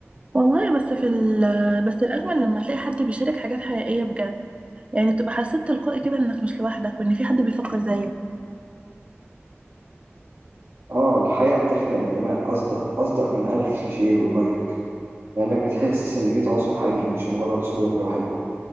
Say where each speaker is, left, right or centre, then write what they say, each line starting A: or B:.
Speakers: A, on the right; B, on the right.
A: والله بس في ال بس الاجمل لما تلاقي حد بيشارك حاجات حقيقيه بجد يعني تبقى حسيت تلقائي كده انك مش لوحدك وان في حد بيفكر زيك
B: اه الحقيقة بتخلق انتماء أصدق أصدق من ألف شير ولايك لأنك بتحس إن في تواصل حقيقي مش مجرد صورة حلوة